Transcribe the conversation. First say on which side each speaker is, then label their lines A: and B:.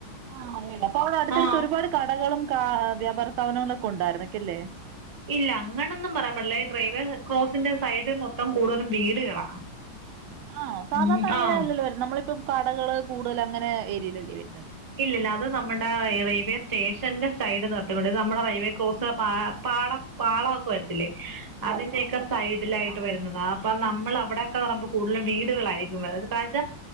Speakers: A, on the right; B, on the right.
A: ആ അപ്പൊ അടെ അടുത്തടുത്ത്
B: ആ
A: ഒരുപാട് കടകളും വ്യാപാര സ്ഥപനങ്ങളൊക്കെ ഉണ്ടായിരുന്നക്ക അല്ലേ
B: ഇല്ല അങ്ങനൊന്നും പറയാൻ പാടില്ല ഈ ഡ്രൈവേ ക്രോസിന്റെ സൈഡ് മൊത്തം കൂടുതലും വീടുകളാ
A: ആ സാധാരണ
B: ഉം
A: അങ്ങനെയ
B: ആ
A: അല്ലല്ലോ വരും നമ്മളിപ്പം കടകള് കൂടുതൽ അങ്ങനെ ഏരിയയിലല്ലേവരൂ
B: ഇല്ലല്ല അത് നമ്മുടെ റെയിൽവേ സ്റ്റേഷ ഷന്റെ സൈഡ് നിർത്തിണ്ട് നമ്മുടെ റൈവേ ക്രോസ് പാള പാളഒക്കെ വരത്തില്ലേ അതിന്റെയൊക്കെ
A: ഓ ഓ ഓക്കെ
B: സൈഡിലായിട്ട്
A: ഓക്കെ ആ മനസ്സിലായി
B: വരുന്നതാ
A: മനസ്സിലായി
B: അപ്പൊ നമ്മളവടെ <unintelligible> കൂടുലും വീടുകളായിരിക്കും <unintelligible>